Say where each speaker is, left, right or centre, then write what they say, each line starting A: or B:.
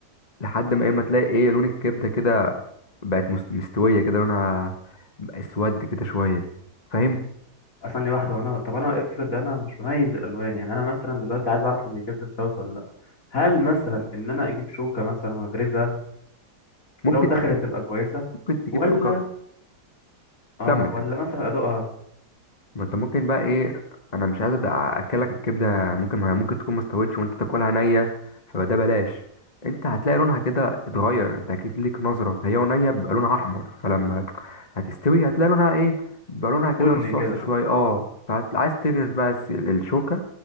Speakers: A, on the left; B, on the left.
A: لحد ما ايه ما تلاقي ايه لون الكبدة كده بقت مست- مستوية كده لونها بقى اسود كده شوية فاهم
B: ثانية واحدة وانا طب انا افرض انا مش بميز الالوان يعني انا مثلا دلوقتي عايز اعرف ان الجبنة استوت ولا لا هل مثلا ان انا اجيب شوكة مثلا واغرزها
A: ممكن
B: لو دخلت
A: تجيب
B: تبقى كويسة
A: ممكن تجيب
B: ولا
A: شوكة
B: اه
A: كمل
B: ولا
A: كمل.
B: مثلا ادوقها
A: ما انت ممكن بقى ايه انا مش عايز أد- اكلك الكبده ممكن ما هي ممكن تكون ما استوتش وانت تاكلها نيه فده بلاش انت هتلاقي لونها كده اتغير انت اكيد ليك نظره هي ونيه بيبقى لونها احمر فلما هتستوي هتلاقي لونها ايه بيبقى لونها كده
B: بن
A: رصاصي
B: كده مثلا
A: شويه اه فعايز تغرز بقى الس- الشوكه